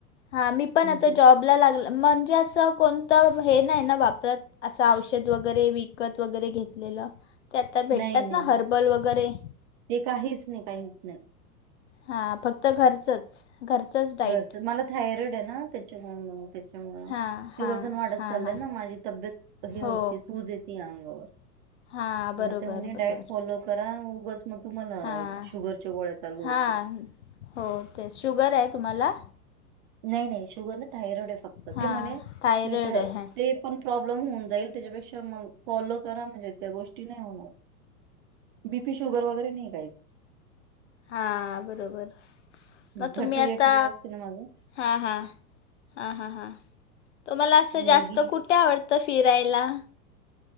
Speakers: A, on the left; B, on the right.
A: हां मी पण
B: हम्म
A: आता
B: हम्म.
A: जॉब बला लागलं म्हणजे असं कोणतं हे नाही ना वापरत असं औषध वगैरे विकत वगैरे घेतलेलं ते आता भेटतात
B: नाही नाही
A: ना
B: नाही
A: हर्बल वगैरे.
B: ते काहीच नाही काहीच नाही.
A: हा फक्त घरचच. घरचंच. डाईट
B: घरच मला थायरॉइड आहे ना त्याच्या त्यामुळ
A: हां हां
B: हे वजन वाढत
A: हां
B: चाललंय
A: हां
B: ना माझी तब्येत हे
A: हो
B: होती सूज येते अंगावर.
A: हां बरोबर
B: मग ते म्हणे डाएट
A: बरोबर.
B: फॉलो करा उगच मग तुम्हाला
A: हां
B: शुगरच्या गोळ्या चालू
A: हां
B: होतील.
A: हो ते शुगर आहे तुम्हाला?
B: नाही नाही शुगर ना थायरॉइड आहे फक्त
A: हां
B: ते म्हणे
A: थायरॉईड
B: ते
A: आहे
B: पण प्रॉब्लेम होऊन जाईल त्याच्यापेक्षा मग फॉलो करा म्हणजे त्या गोष्टी नाही होणार. बीपी शुगर वगैरे नाही काय.
A: हां बरोबर मग
B: थर्टी
A: तुम्ही आता
B: एट इयर्स आहे ना माझं
A: हां हां, हां हां हां तुम्हाला असं
B: मुलगी
A: जास्त कुठे आवडत- त फिरायला?